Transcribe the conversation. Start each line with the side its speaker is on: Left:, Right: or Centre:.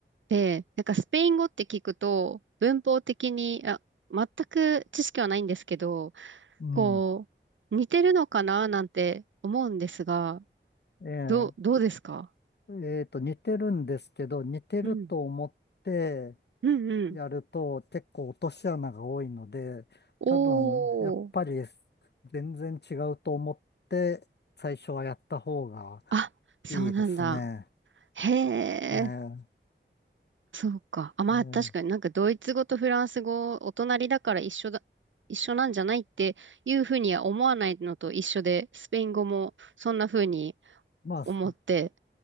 Right: で、なんかスペイン語って聞くと、文法的に、あ、全く知識はないんですけど、
Left: うん。
Right: こう、似てるのかななんて思うんですが、
Left: え
Right: どう、どうですか
Left: ええっと、似てるんですけど、似てると思って
Right: うん。うんうん。
Left: やると結構落とし穴が多いので、
Right: おー。
Left: 多分、やっぱり全然違うと思って最初はやった方が
Right: あ、そうなんだ。
Left: いいですね。
Right: へ
Left: ええ
Right: え。そうか。あ、まあ確かになんかドイツ語とフランス語、
Left: ええ
Right: お隣だから一緒だ、一緒なんじゃないっていうふうには思わないのと一緒で、スペイン語もそんなふうに
Left: まあ、
Right: 思って
Left: す